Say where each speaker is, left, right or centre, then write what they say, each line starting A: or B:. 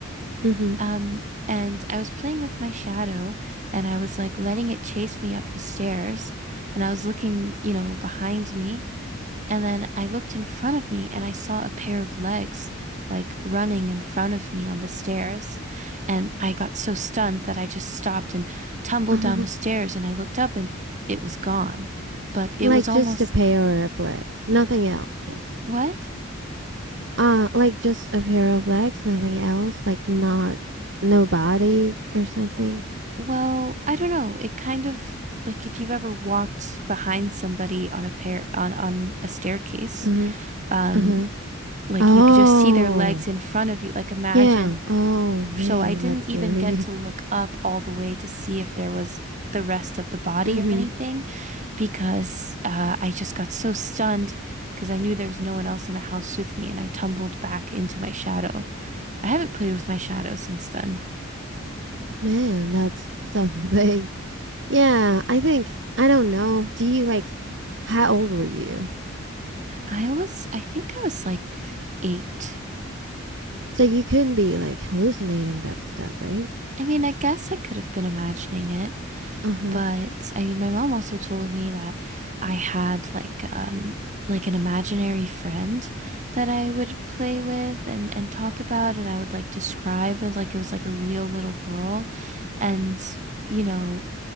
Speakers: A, on the right; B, on the right.
A: Mm-hmm.
B: Um, and I was playing with my shadow and I was like letting it chase me up the stairs. And I was looking, you know, behind me. And then I looked in front of me and I saw a pair of legs like running in front of me on the stairs. And I got so stunned that I just stopped and tumbled
A: Uh-huh.
B: down the stairs. And I looked up and it was gone. But it
A: Like
B: was
A: just
B: almost,
A: a pair of legs, nothing else.
B: what?
A: Uh, like just a pair of legs, nothing else. Like not no body or something.
B: Well, I don't know. It kind of like if you've ever walked behind somebody on a pair on on a staircase,
A: Uh-huh.
B: um,
A: Uh-huh.
B: like
A: Oh.
B: you could just see their legs in front of you. Like imagine.
A: Yeah. Oh, man,
B: So I didn't
A: that's scary.
B: even get to look
A: <laughs>
B: up all the way to see if there was the rest of the body
A: Mm-hmm.
B: or anything because uh, I just got so stunned because I knew there was no one else in the house with me and I tumbled back into my shadow. I haven't played with my shadow since then.
A: Man, that's something. <laughs> Yeah, I think I don't know. Do you like how old were you?
B: I was, I think I was like eight.
A: So you couldn't be like hallucinating that stuff, right?
B: I mean, I guess I could have been imagining it,
A: Uh-huh.
B: but I mean, my mom also told me that I had like um like an imaginary friend that I would play with and and talk about and I would like describe it like it was like a real little girl and you know